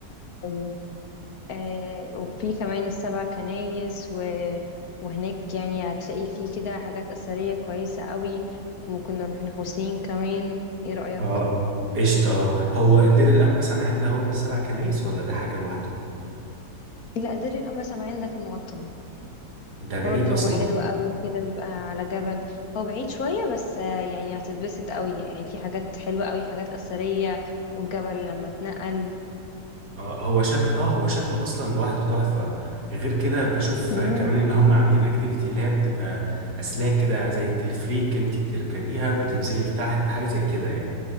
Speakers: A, on the left; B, on the right.
A: أيوة. آه وفي كمان السبع كنايس و... وهناك يعني هتلاقي فيه كده حاجات أثرية كويسة قوي ممكن نروح الحسين كمان إيه رأيك؟
B: آه قشطة آه هو دير الأنبا سمعان ده هو من السبع كنايس ولا ده حاجة لوحده؟
A: لا دير الأنبا سمعان ده في المقطم
B: ده بعيد
A: برضه
B: أصلا؟
A: هو حلو قوي كده بيبقى على جبل هو بعيد شوية بس آه، يعني هتتبسط قوي يعني في حاجات حلوة قوي حاجات أثرية والجبل لما اتنقل
B: آه هو شكل آه هو شكله أصلا لوحده تحفة غير كده بشوف
A: مم.
B: آه، كمان إن هم عاملين أكتيفيتي اللي هي بتبقى أسلاك كده زي التلفريك أنت بتركبيها وبتنزلي لتحت حاجة زي كده يعني